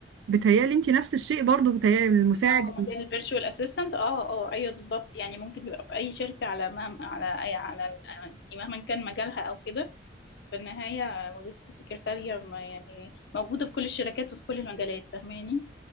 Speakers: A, on the right (about 70°); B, on the left (about 60°).
A: بتهيألي انت نفس الشيء برضو بتهيألي المساعد
B: لو موديل الفيرتشوال اسيستنت اه اه ايوه بالظبط يعني ممكن يبقى في اي شركه على مهما على اي على ال- يعني مهما كان مجالها او كده في النهاية وظيفة السكرتارية ما- يعني موجودة في كل الشركات وفي كل المجالات فاهماني